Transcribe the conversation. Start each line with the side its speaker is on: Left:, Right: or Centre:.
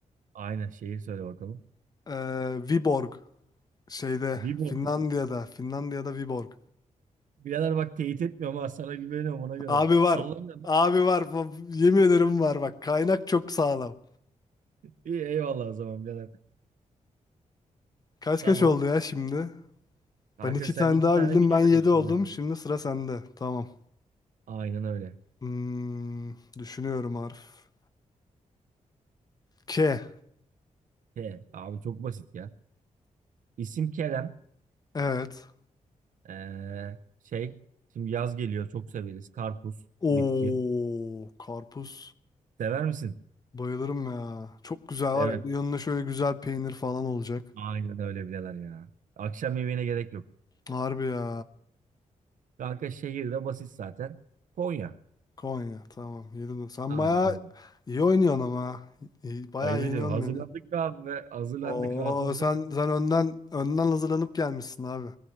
Right: Aynen şeyi söyle bakalım.
Left: Ee, Viborg. Şeyde
Right: Viborg.
Left: Finlandiya'da. Finlandiya'da Viborg.
Right: Birader bak teyit etmiyorum ha sana güveniyorum ona göre.
Left: Abi var.
Right: Sallamıyorum.
Left: Abi var. Bu- Yemin ederim var. Bak kaynak çok sağlam.
Right: İyi eyvallah o zaman birader.
Left: Kaç
Right: Tamam.
Left: kaç oldu ya şimdi?
Right: Kanka
Left: Ben iki
Right: sen
Left: tane
Right: iki
Left: daha
Right: tane
Left: bildim.
Right: bilemedin
Left: Ben yedi
Right: şu
Left: oldum.
Right: ana kadar.
Left: Şimdi sıra sende. Tamam.
Right: Aynen öyle.
Left: Hmm, düşünüyorum harf. K.
Right: K. Abi çok basit ya. İsim Kerem.
Left: Evet.
Right: Ee, şey. Şimdi yaz geliyor çok severiz. Karpuz. Bitki.
Left: Oo, karpuz.
Right: Sever misin?
Left: Bayılırım ya. Çok güzel var
Right: Evet.
Left: ya. Bir de Yanına şöyle güzel peynir falan olacak.
Right: Aynen öyle bileler ya. Akşam yemeğine gerek yok.
Left: Harbi ya.
Right: Kanka şehirde basit zaten. Konya.
Left: Konya. Tamam. Yedin. Sen
Right: Aynen
Left: bayağı
Right: öyle.
Left: iyi oynuyorsun ama. İyi- Bayağı
Right: Ayıp
Left: yeniyorsun
Right: ediyorum. Hazırlandık
Left: beni.
Right: be abi be. Hazırlandık
Left: Oo,
Right: rahat olsana.
Left: sen sen önden önden hazırlanıp gelmişsin abi.